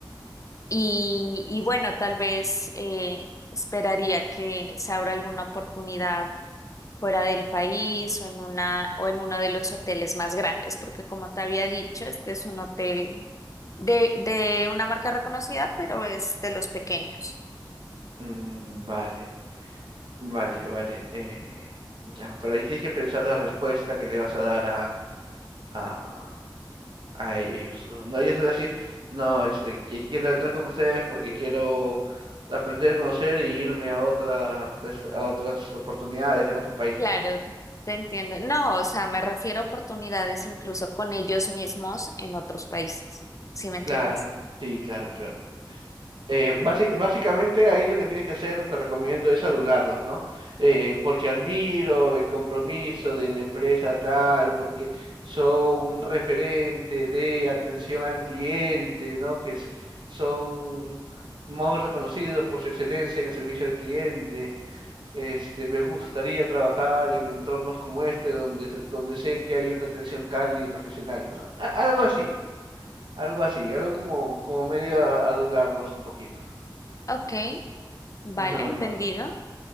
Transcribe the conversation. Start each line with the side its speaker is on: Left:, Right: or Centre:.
Left: y, y bueno, tal vez eh, esperaría que se abra alguna oportunidad fuera del país o en una o en uno de los hoteles más grandes, porque como te había dicho, este es un hotel de, de una marca reconocida, pero es de los pequeños.
Right: Mm, vale. Vale, vale. eh, ya, pero ahí tienes que pensar la respuesta que le vas a dar a, a, a e-, ellos. No, No, ellos van a decir, no, este, que quiero entrar con ustedes porque quiero aprender a conocer y irme a otras, es- a otras oportunidades en otros países,
Left: Claro,
Right: ¿no?
Left: te entiendo. No, o sea, me refiero a oportunidades incluso con ellos mismos en otros países. ¿Sí me entiendes?
Right: Claro, sí, claro, claro. Eh, bási- básicamente ahí lo que tienes que hacer, te recomiendo, es adularlos, ¿no? Eh, porque admiro el compromiso de la empresa tal, porque son un referente de atención al cliente, ¿no? Que es- son muy reconocidos por su excelencia en el servicio al cliente. Este, me gustaría trabajar en entornos como este, donde, s- donde sé que hay una atención cálida y profesional. O sea, a- algo así, algo así, algo como, como medio a- adularlos un poquito.
Left: Ok, vale,
Right: Es lo normal.
Left: entendido.